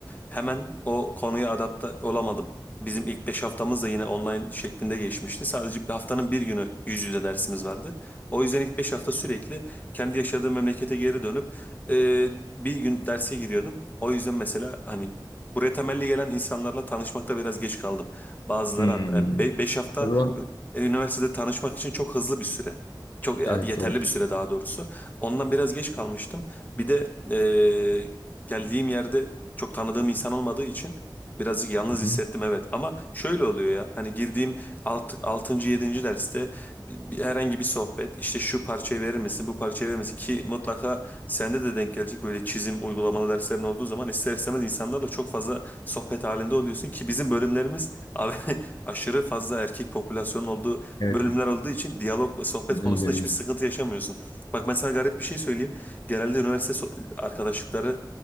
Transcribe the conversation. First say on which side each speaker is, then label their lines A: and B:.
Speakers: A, on the left; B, on the left.
A: Hemen o konuya adapte olamadım. Bizim ilk 5 haftamız da yine online şeklinde geçmişti. Sadece bir haftanın bir günü yüz yüze dersimiz vardı. O yüzden ilk 5 hafta sürekli kendi yaşadığım memlekete geri dönüp e, bir gün derse giriyordum. O yüzden mesela hani buraya temelli gelen insanlarla tanışmakta biraz geç kaldım. Bazıları
B: Hmm.
A: hatta 5 hafta
B: O zaman
A: e, üniversitede tanışmak için çok hızlı bir süre. Çok
B: evet
A: yeterli
B: Evet doğru.
A: bir süre daha doğrusu. Ondan biraz geç kalmıştım. Bir de e, geldiğim yerde çok tanıdığım insan olmadığı için birazcık yalnız
B: Hı hı.
A: hissettim evet. Ama şöyle oluyor ya hani girdiğim alt, 6. yedinci derste bir- herhangi bir sohbet işte şu parçayı verir misin bu parçayı verir misin ki mutlaka sende de denk gelecek böyle çizim uygulamalı derslerin olduğu zaman ister istemez insanlarla çok fazla sohbet halinde oluyorsun ki bizim bölümlerimiz abi, <laughs> aşırı fazla erkek popülasyonun olduğu
B: Evet
A: bölümler olduğu için diyalog ve sohbet konusunda
B: Öyle öyle.
A: hiçbir sıkıntı yaşamıyorsun. Bak ben sana garip bir şey söyleyeyim. Genelde üniversite so- arkadaşlıkları